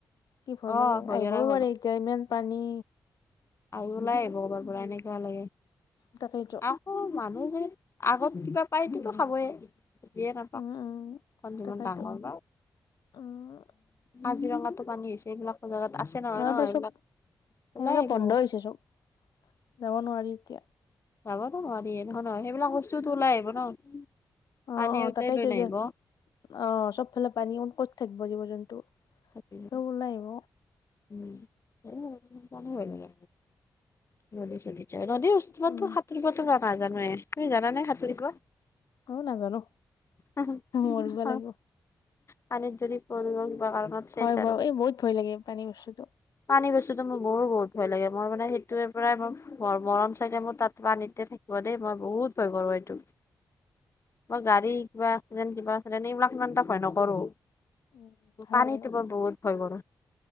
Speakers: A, on the left (about 85°); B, on the left (about 45°).
A: কি ভয়
B: অ
A: লাগে
B: হৰিয়ালৰ
A: আহিবও পাৰে এতিয়া ইমান পানী।
B: আহি--ওলাই আহিব ক'ৰবাৰ এনেকুৱা লাগে।
A: তাকেইটো।
B: আকৌ মানুহে যদি আগত কিবা পাই সেইটোতো খাবই। উঠিয়ে নাপাওঁ
A: উম উম
B: এইখন যিমান
A: তাকেইতো
B: ডাঙৰ নাওঁ।
A: উম
B: কাজিৰঙাতো পানী হৈছে। এইবিলাক বজাৰত আছে নহয়
A: আমাৰ
B: ন'?
A: ফালে
B: এইবিলাক
A: চব
B: ওলাই
A: এইবিলাক
B: আহিব
A: বন্ধ হৈছে চব যাব, নোৱাৰি এতিয়া।
B: যাবটো নোৱাৰি এনেকোৱা ন' সেইবিলাক বস্তুটো ওলাই আহিব ন'?
A: অ
B: পানীয়ে
A: অ
B: উটাই
A: তাকেইতো
B: লৈ নাহিব
A: যে অ চবফালে পানী ক'ত থাকিব জীৱ জন্তু।
B: তাকে হে।
A: চব ওলাই আহিব।
B: উম সেই <unintelligible> নদী চদি নদী ষ্টীলটো
A: উম,
B: সাঁতৰিবো নাজানোৱে, তুমি জানা নে সাঁতুৰিব?
A: এ নাজানো।
B: আন
A: মৰিব
B: অ
A: লাগিব
B: পানীত যদি পৰীগল কিবা কাৰণত চেচ
A: হয়
B: আৰু
A: বাৰু এই বহুত ভয় লাগে পানী বস্তুটো
B: পানী বস্তুো মোৰ মোৰো বহুত ভয় লাগে মই মানে সেইটোৱে পৰাই মই ম মৰম চাগে মোৰ তাত পানীতে থাকিব দেই মই বহুত ভয় কৰো এইটো। মই গাড়ী শিকিবা আছিলেন কিবা আছিলেন এইবিলাক ইমান এটা ভয় নকৰো।
A: উম, হয়
B: পানীটো
A: বাৰু
B: বহুত ভই কৰো।